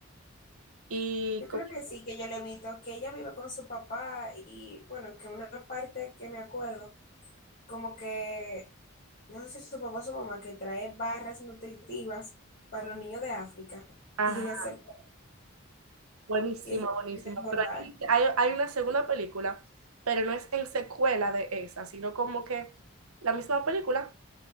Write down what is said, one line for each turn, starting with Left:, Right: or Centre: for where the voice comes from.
Right: Y
Left: Yo creo
Right: como,
Left: que sí, que yo le he visto que ella vive con su papá y bueno, que una parte que me acuerdo, como que, no sé si es su papá o su mamá, que trae barras nutritivas para los niños de África
Right: ajá,
Left: y ella se,
Right: Buenísima,
Left: y
Right: buenísima.
Left: ella se engordar.
Right: Pero hay, hay, hay una segunda película, pero no es en secuela de esa, sino como que la misma película,